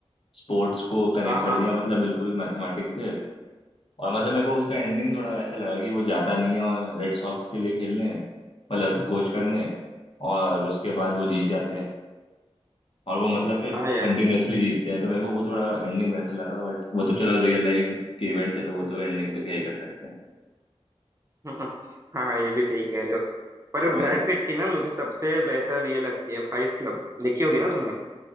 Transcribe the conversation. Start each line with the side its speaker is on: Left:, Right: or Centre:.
Left: स्पोर्ट्स को कनेक्ट
Right: हाँ
Left: कर
Right: हाँ
Left: दिया मतलब बिल्कुल मैथमेटिक्स से और मतलब मेरे को उसका एंडिंग थोड़ा वैसा लगा कि वो जाता नहीं है और रेड सॉक्स के लिए खेलने मतलब कोच करने और उसके बाद वो जीत जाते हैं और वो मतलब फिर
Right: हाँ यार
Left: कंटिन्यूअसली
Right: <laughs>
Left: जीतते हैं तो मेरे को वो थोड़ा एंडिंग वैसा लगा बट वो तो चलो रियल लाइफ के इवेंट्स है तो वो तो एंडिंग तो क्या ही कर सकते हैं
Right: हाँ हाँ ये भी सही कह रहे हो पर
Left: वही
Right: ब्रैड पिट की ना मुझे सबसे बेहतर ये लगती है फाइट क्लब देखी होगी ना तुमने